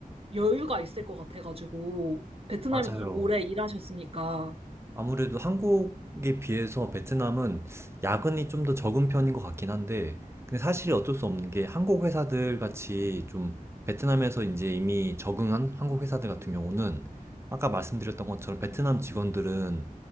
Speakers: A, on the right (about 40°); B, on the right (about 15°).
A: 여유가 있을 것 같아 가지고 베트남에서
B: 맞아요.
A: 좀 오래 일하셨으니까
B: 아무래도 한국에 비해서 베트남은 야근이 좀 더 적은 편인 것 같긴 한데, 근데 사실 어쩔 수 없는 게 한국 회사들 같이 좀 베트남에서 이제 이미 적응한 한국 회사들 같은 경우는 아까 말씀드렸던 것처럼 베트남 직원들은